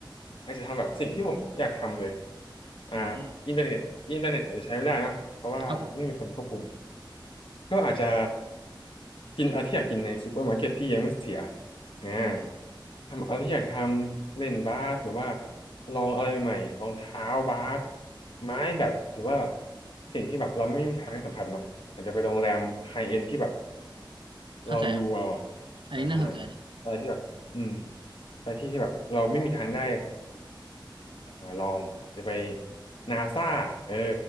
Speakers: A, on the left (about 80°); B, on the right (about 75°).
A: อาจจะทำแบบสิ่งที่ผมอยากทำเลย อ่า
B: อืม
A: อินเทอร์เน็ตอินเทอร์เน็ตอาจจะใช้ไม่ได้เนอะเพราะว่าไม่มีคนควบคุม
B: ครับผม
A: ก็อาจจะกินอะไรที่อยากกินในซูเปอร์มาร์เก็ตที่ยังไม่เสียอ่า
B: อืม
A: ทำอะไรที่อยากทำเล่นบาสหรือว่าลองอะไรใหม่ๆรองเท้าบาสไม้แบดหรือว่าแบบสิ่งที่แบบเราไม่มีทางสัมผัสเนาะอาจจะไปโรงแรมไฮเอ็นที่แบบ
B: เข้าใจครับ
A: ลองดูเอาอะ
B: อันนี้น่าสนใจนะ
A: อ่าอะไรที่แบบอืมไปที่ที่แบบเราไม่มีทางได้อ่าลองจะไปนาซาเออ